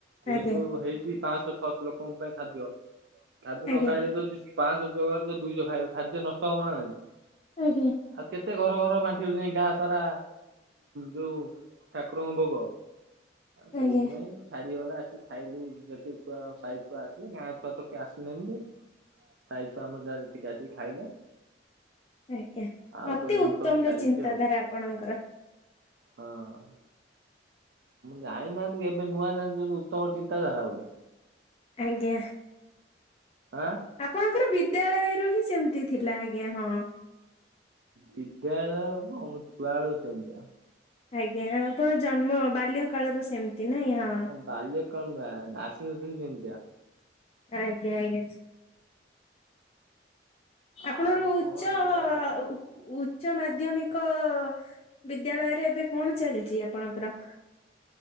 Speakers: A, on the right (about 75°); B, on the left (about 35°).
A: ଯେହେତୁ
B: ଆଜ୍ଞା
A: ହେଇଛି ପାଞ୍ଚଶହ ଛଅଶହ ଲୋକ ଲୋକଙ୍କ ପାଇଁ ଖାଦ୍ୟ। ଖାଦ୍ୟ ନ
B: ଆଜ୍ଞା
A: ଖାଇଲେ ଯଦି ପାଞ୍ଚଶହ ଜାଗାରେ ଦୁଇଶହ ଖାଇବେ ଖାଦ୍ୟ ନଷ୍ଟ ହବ ନା ନାଇଁ?
B: ଆଜ୍ଞା
A: ଆଉ କେତେ ଘର ଘର ବାଣ୍ଟିବ ଜାଇଁକି ଗାଁ ସାରା, ଯୋଉ ଠାକୁରଙ୍କ ଭୋଗ ସେଇଥିପାଇଁ
B: ଆଜ୍ଞା
A: ଛାଡ଼ିଗଲା ଆସି। ଖାଇଲୁ ଯେତେ ଛୁଆ ସାାଇଛୁଆ ଆସିଲେ ଗାଁ ଛୁଆ ତ କିଏ ଆସିଲେନି ସାଇ ଛୁଆ ଆମର ଯାହା ଯେତିକି ଆସିକି ଖାଇଲେ।
B: ଆଜ୍ଞା
A: ଆଉ
B: ଅତି
A: କଣ ଏମିତି
B: ଉତ୍ତମ
A: ସବୁ ଚାଲିଛି
B: ର ଚିନ୍ତାଧାରା
A: ଆଉ
B: ଆପଣଙ୍କର।
A: ହଁ। ଜାଣିନାହାନ୍ତି କି ଏବେ ନୂଆ ଜାଣୁଚନ୍ତି ଉତ୍ତମ ଚିନ୍ତାଧାରା ବୋଲି।
B: ଆଜ୍ଞା।
A: ଆଁ
B: ଆପଣଙ୍କର ବିଦ୍ୟାଳୟରୁ ହିଁ ସେମ୍ତି ଥିଲା ଆଜ୍ଞା ହଁ।
A: ବିଦ୍ୟାଳୟ କଣ ମୁଁ ଛୁଆ ବେଳୁ ସେମ୍ତିଆ।
B: ଆଜ୍ଞା ଆପଣ ଜନ୍ମ ବାଲ୍ୟ କାଳରୁ ସେମ୍ତି ନାଇଁ ହଁ।
A: ବାଲ୍ୟ କାଳରୁ <unintelligible> ଆସି ନଥିଲି ସେମ୍ତିଆ।
B: ଆଜ୍ଞା-ଆଜ୍ଞା। ଆପଣର
A: ଆଉ
B: ଉଚ୍ଚ
A: କଣ
B: <unintelligible>
A: ଏଇଆ ହଉଛି।
B: ଉଚ୍ଚ ମାଧ୍ୟମିକ ବିଦ୍ୟାଳୟରେ ଏବେ କଣ ଚାଲିଚି ଆପଣଙ୍କର?